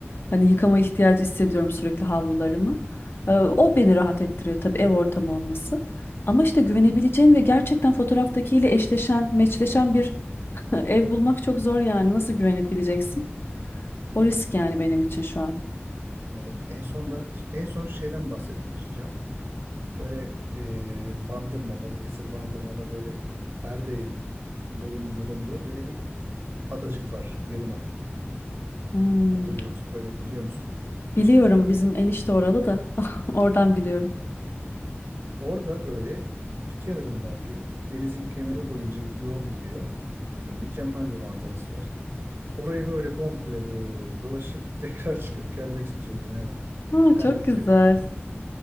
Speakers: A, on the left; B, on the right.
A: Hani yıkama ihtiyacı hissediyorum sürekli havlularımı. Ee, o beni rahat ettiriyor tabii ev ortamı olması. Ama işte güvenebileceğin ve gerçekten fotoğraftakiyle eşleşen, meçleşen bir <laughs> ev bulmak çok zor yani. Nasıl güvenip gideceksin? O risk yani benim için şu an.
B: Anladım. En son da en son şeyden bahsetmek istiyorum. Böyle e, Bandırma, Balıkesir Bandırma'da böyle Erdeğ'in bulun, bulunduğu böyle bir adacık var. Yarımada.
A: Hmm.
B: Hatırlıyor musun? Öyle biliyor musun?
A: Biliyorum bizim enişte oralı da <laughs> oradan biliyorum.
B: Orada böyle bir kenarından girip denizin kenarı boyunca bir yol gidiyor. Yani mükemmel bir manzarası var. Orayı böyle komple böyle dolaşıp <laughs> tekrar çıkıp gelmek istiyorum yani.
A: Ha,
B: Erdek'te
A: çok güzel.
B: bir